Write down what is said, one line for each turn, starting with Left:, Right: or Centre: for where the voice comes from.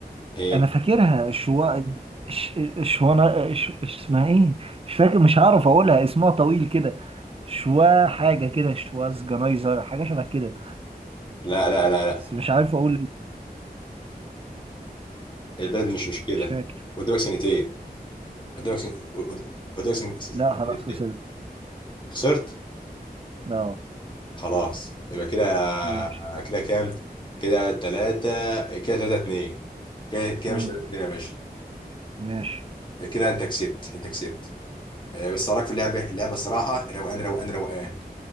Left: ايه
Right: انا فاكرها شوا ش... شوانا ش... اسمها ايه مش فاكر مش هعرف اقولها اسمها طويل كده شوا حاجه كده شواز جنايزر حاجه شبه كده
Left: لا لا لا لا
Right: بس مش عارف اقول إيه،
Left: البلد مش مش كده
Right: مش فاكر
Left: قدامك سنتين قدامك سن... قد- قدامك سن... سن-
Right: لا خلاص
Left: سنتين
Right: وصلت
Left: خسرت
Right: اه
Left: خلاص يبقى كده
Right: ماشي
Left: كده كام كده ثلاثة كده ثلاثة اتنين كده كده
Right: امم
Left: مش ثلاثة اتنين يا باشا
Right: ماشي
Left: كده انت كسبت انت كسبت آه، بس إيه رايك في اللعبه اللعبه الصراحه روقان روقان روقان